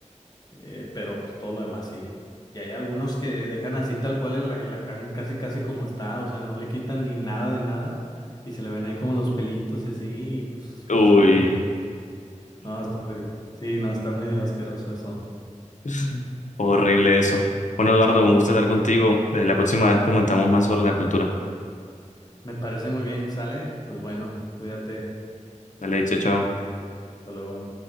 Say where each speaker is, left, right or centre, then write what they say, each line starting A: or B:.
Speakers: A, on the left; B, on the left.
A: eh, pero pues, todo lo demás sí. Y hay algunos que dejan así tal cual el alacrán casi casi como está, o sea, no le quitan ni nada de nada y se le ven ahí como los pelitos y así, y pues
B: Uy,
A: así te lo... ten- No, está horrible. Sí, no, está medio asqueroso eso.
B: <laughs> horrible eso. Bueno, Eduardo, un gusto hablar contigo. Eh, La próxima vez comentamos más sobre la cultura.
A: Me parece muy bien, ¿sale? Pues bueno, cuídate.
B: Dale, chao, chao.
A: Hasta luego.